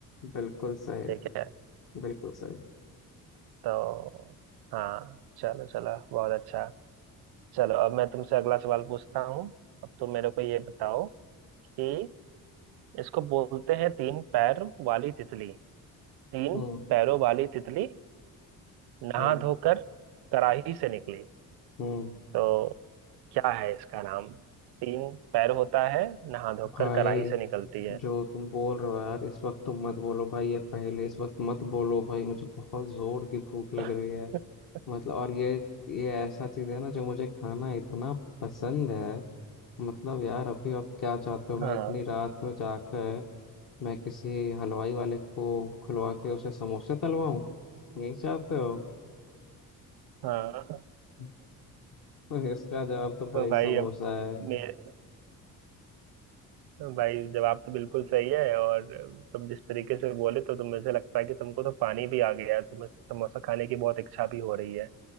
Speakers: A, on the left; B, on the right.
A: बिल्कुल सही
B: ठीक है
A: बिल्कुल सही
B: तो हाँ चलो चलो बहुत अच्छा चलो अब मैं तुमसे अगला सवाल पूछता हूँ अब तुम मेरे को ये बताओ कि इसको बोलते हैं तीन पैर वाली तितली तीन
A: हम्म
B: पैरों वाली तितली नहा
A: हम्म
B: धोकर कराही से निकली
A: हम्म
B: तो क्या है इसका नाम तीन पैर होता है नहा धोकर
A: भाई
B: कराही से निकलती है
A: जो तुम बोल रहे हो यार इस वक्त तो मत बोलो भाई ये पहले इस वक्त मत बोलो भाई मुझे बहुत जोर की भूख लग
B: <laughs>
A: रही है मतलब और ये ये ऐसा चीज है ना जो मुझे खाना इतना पसंद है मतलब यार अभी आप क्या चाहते हो मैं
B: हाँ
A: इतनी रात में जाकर मैं किसी हलवाई वाले को खुलवा के उसे समोसे तलवाऊं यही चाहते हो
B: हाँ
A: <laughs> तो इसका जवाब तो
B: तो
A: भाई
B: भाई
A: समोसा
B: अब
A: है
B: मेरे भाई जवाब तो बिल्कुल सही है और तुम जिस तरीके से बोले तो तुम मुझे लगता है कि तुमको तो पानी भी आ गया है तुम्हें समोसा खाने की बहुत इच्छा भी हो रही है